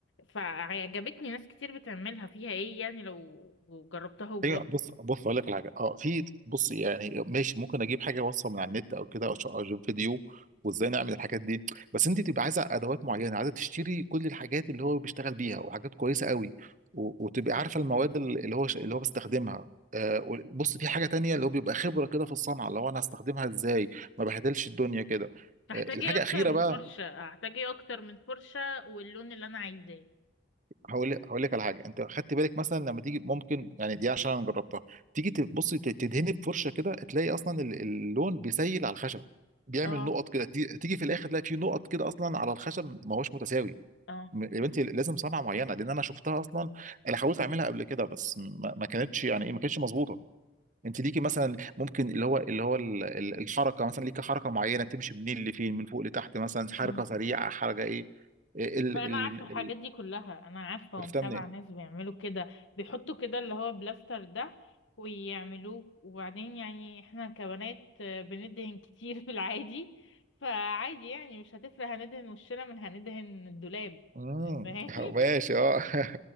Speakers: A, on the left (about 80°); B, on the right (about 40°).
A: فعجبتني ناس كتير بتعملها فيها ايه يعني لو جربتها وبص
B: ايوه بص بص اقول لك على حاجه اه في بص يعني ماشي ممكن اجيب حاجه وصفه من على النت او كده او ش- أو أجيب فيديو وازاي نعمل الحاجات دي بس انت تبقى عايزه ادوات معينه عايزه تشتري كل الحاجات اللي هو بيشتغل بيها وحاجات كويسه قوي و- وتبقى عارفه المواد ال- اللي هو ش- اللي هو بيستخدمها آه و- بص في حاجه تانية اللي هو بيبقى خبره كده في الصنعه اللي هو انا هستخدمها ازاي ما بهدلش الدنيا كده
A: هحتاج
B: آه الحاجه
A: ايه أكتر
B: الاخيره
A: من
B: بقى
A: فرشة هحتاج ايه أكتر من فرشة واللون اللي أنا عايزاه
B: هقول هقول لك على حاجه انت خدت بالك مثلا لما تيجي ممكن يعني دي عشان انا جربتها تيجي تبص ت- تدهني بفرشه كده تلاقي اصلا ال- اللون بيسيل على الخشب بيعمل
A: اه
B: نقط كده تي- تيجي في الاخر تلاقي في نقط كده اصلا على الخشب ما هوش متساوي
A: اه
B: م- يا بنتي لازم صنعه معينه لان انا شفتها اصلا انا حاولت اعملها قبل كده بس ما ما كانتش يعني ايه ما كانتش مظبوطه انت ليكي مثلا ممكن اللي هو اللي هو ال- ال- الحركه مثلا ليكي حركه معينه بتمشي منين لفين من فوق لتحت مثلا حركه
A: مم.
B: سريعه حركه ايه إيه ال
A: ما
B: ال
A: انا عارفه الحاجات
B: ال
A: دي كلها انا عارفه
B: عرفتها
A: ومتابعه
B: منين؟
A: ناس بيعملوا كده بيحطوا كده اللي هو بلاستر ده ويعملوه وبعدين يعني احنا كبنات آه، بندهن كتير <laughs> في العادي فعادي يعني مش هتفرق هندهن وشنا من هندهن الدولاب
B: امم
A: فاهمني
B: <laughs> ماشي اه <laughs>